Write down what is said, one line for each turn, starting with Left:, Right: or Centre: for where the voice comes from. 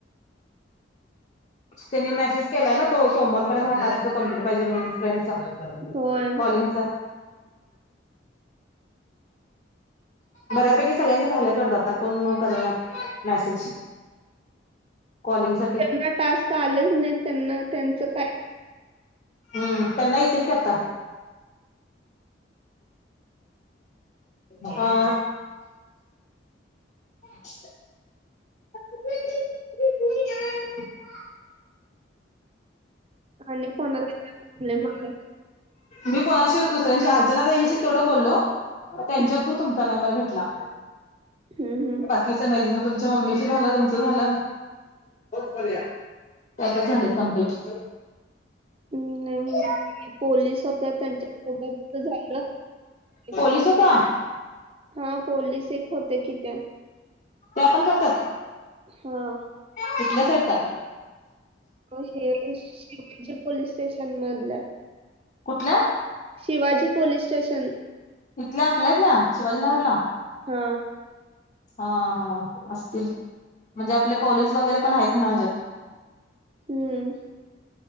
Left: त्यांनी मेसेज केलाय ना तो सोमवारपर्यंत हा टास्क कंप्लीट पाहिजे म्हणून फ्रेंडचा
Right: होय
Left: कॉलिंगचा बऱ्यापैकी सगळ्यांचे झाल्यात वाटत आता कोण करण्यात मेसेज कॉलिंग साठी
Right: त्यांना टास्क आलेच नाही त्यांना त्यांचं काय
Left: हम्म त्यान्हा येतील की आता <inaudible> हा <unintelligible>
Right: आणि कोणाला काय प्रॉब्लेम असेल.
Left: मी कोणाशी दुसऱ्यांशी अर्चना ताईंशी तेवढं बोललो त्यांच्या
Right: हम्म,
Left: थ्रू तुमचा नंबर भेटला.
Right: हम्म, हम्म.
Left: बाकीचं नाइच मग तुमच्या मम्मीशी झालं तुमचं झालं पडया <inaudible> त्यात झालेत कम्प्लीट <inaudible> ह
Right: मी
Left: <unintelligible>
Right: नाही मी पोलीस होत्या त्यांच्या सोबत झालं <inaudible>
Left: पोलीस होत्या
Right: हा पोलीस एक होते कि त्या-
Left: त्या पण करतात
Right: हा
Left: तिथल्या आहेत का-
Right: हे शिवाजी पोलीस स्टेशन मधल्या
Left: कुठल्या
Right: शिवाजी पोलीस स्टेशन
Left: इथल्या आपल्या इथल्या शिवाजीनगरला
Right: हा
Left: हा असतील म्हणजे आपले पोलीस वगैरे पण आहेत म्हण <unintelligible>
Right: हम्म